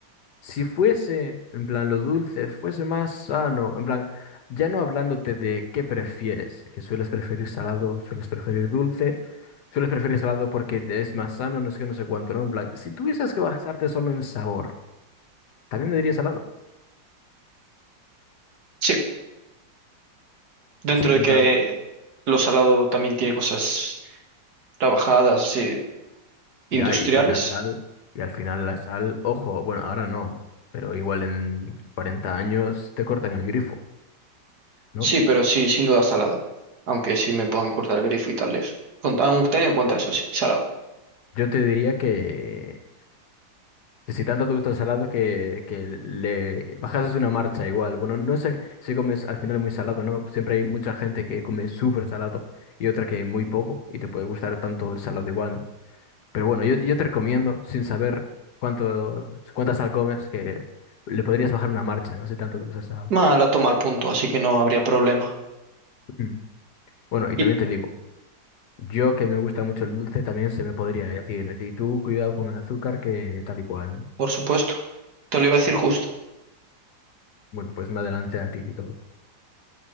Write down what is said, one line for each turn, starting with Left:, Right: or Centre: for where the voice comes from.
Left: si fuese, en plan, lo dulce fuese más sano, en plan, ya no hablándote de qué prefieres, que sueles preferir salado, sueles preferir dulce, sueles preferir salado porque es más sano, no sé qué, no sé cuánto, ¿no? En plan, si tuvieses que basarte solo en sabor, ¿también me dirías salado?
Right: Sí, dentro
Left: Sí, en
Right: de que
Left: plan,
Right: lo salado también tiene cosas trabajadas, sí, industriales,
Left: ya, y, y la sal, y al final la sal, ojo, bueno, ahora no, pero igual en 40 años te cortan el grifo, ¿no?
Right: sí, pero sí, sin duda salado. Aunque sí me puedan cortar el grifo y tales. Con- Aunque teniendo en cuenta eso, sí, salado.
Left: Yo te diría que, que si tanto te gusta el salado, que, que le bajases una marcha igual. Bueno, no sé si comes al final muy salado, ¿no? Siempre hay mucha gente que come súper salado y otra que muy poco, y te puede gustar tanto el salado igual, ¿no? Pero bueno, yo, yo te recomiendo, sin saber cuánto, cuánta sal comes, que le podrías bajar una marcha, no sé tanto te gusta el salado.
Right: Ma, la toma al punto, así que no habría problema.
Left: Mm. Bueno, y
Right: Y,
Left: también te digo, yo que me gusta mucho el dulce, también se me podría decir, y tú cuidado con el azúcar que tal y cual, ¿no?
Right: por supuesto, te lo iba a decir justo.
Left: Bueno, pues me adelante a ti y todo.